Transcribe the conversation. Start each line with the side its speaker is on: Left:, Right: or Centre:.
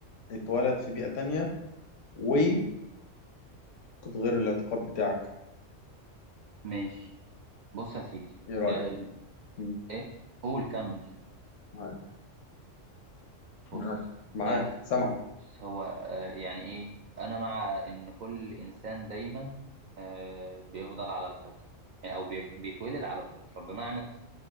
Left: اتولد في بيئه تانية ومعتقد غير الاعتقاد بتاعك
Right: ماشي بص يا سيدي
Left: ايه رايك
Right: آه،
Left: مم.
Right: ايه قول كمل
Left: معاك
Right: بص
Left: معاك معاك
Right: آه،
Left: سامعك
Right: بص هو آه، يعني ايه انا مع ان كل انسان دايما آه، بيفضل على الفطره يعني او بي- بيتولد على الفطره بمعنى